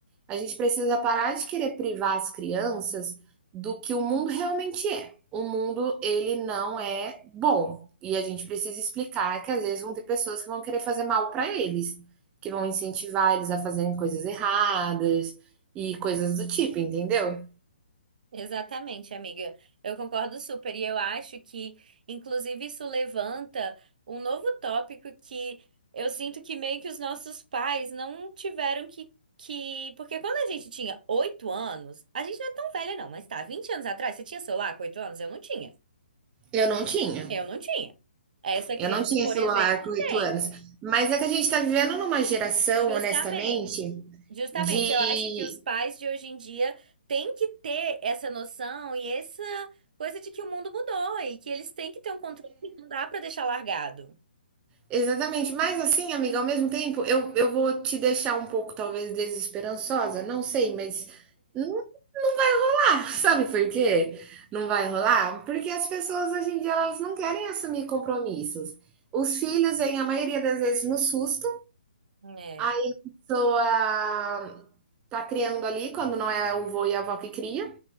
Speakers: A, on the right; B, on the right.
A: A gente precisa parar de querer privar as crianças do que o mundo realmente é. O mundo, ele não é bom. E a gente precisa explicar que às vezes vão ter pessoas que vão querer fazer mal para eles, que vão incentivar eles a fazerem coisas erradas e coisas do tipo, entendeu?
B: Exatamente, amiga. Eu concordo super. E eu acho que, inclusive, isso levanta um novo tópico que eu sinto que meio que os nossos pais não tiveram que, que... Porque quando a gente tinha oito anos, a gente não é tão velha, não, mas tá, 20 anos atrás, você tinha celular com oito anos? Eu não tinha.
A: Eu não tinha.
B: Eu não tinha. Essa
A: Eu
B: criança,
A: não tinha
B: por
A: celular
B: exemplo,
A: com oito
B: tem.
A: anos. Mas é que a gente está vivendo numa geração,
B: Justamente,
A: honestamente,
B: justamente,
A: de
B: eu acho que os pais de hoje em dia têm que ter essa noção e essa coisa de que o mundo mudou e que eles têm que ter um controle, não dá para deixar largado.
A: Exatamente, mas assim, amiga, ao mesmo tempo, eu, eu vou te deixar um pouco, talvez, desesperançosa, não sei, mas não dá, <laughs> sabe por quê? Não vai rolar? Porque as pessoas hoje em dia elas não querem assumir compromissos. Os filhos vêm, a maioria das vezes, no susto,
B: É.
A: aí a pessoa tá criando ali, quando não é o vô e a avó que cria,